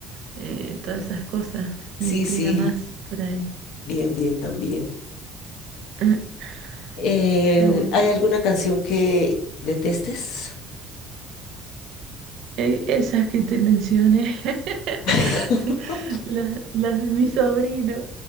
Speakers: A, on the right; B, on the left.
A: eh, todas esas cosas.
B: sí,
A: Me intriga
B: sí,
A: más por ahí.
B: bien, bien también.
A: <clears throat>
B: Eh,
A: Está bueno.
B: ¿hay alguna canción que detestes?
A: Eh, Esas que te mencioné, <laughs>
B: <laughs>
A: las, las de mi sobrino,